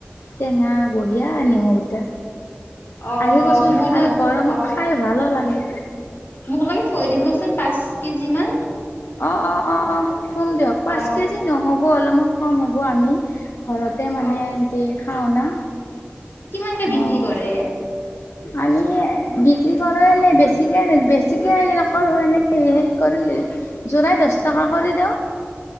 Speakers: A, on the left (about 85°); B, on the left (about 65°).
A: টেঙা, বঢ়িয়া নেমুকেইটা।
B: অ অ
A: আহিবচোন
B: মোৰ ন
A: আৰু গৰমত
B: অ
A: খাই ভালো লাগে।
B: মোক লাগে থৈ দিবচোন পাঁচ কেজিমান।
A: অ', অ', অ', অ', কম দিয়ক। পাঁচ
B: অ
A: কেজি নহ'ব অলপমান কম হ'ব আমি ঘৰতে মানে
B: অ
A: এনেকে খাওনা।
B: কিমানকে বিক্ৰী
A: অ',
B: কৰে
A: আমি বিক্ৰী কৰো এনে বেছিকে বেছিকৈ হেৰি নকৰোঁ, এনেই হেৰি কৰি জৰাই দহ
B: অ
A: টকা কৰি দিওঁ।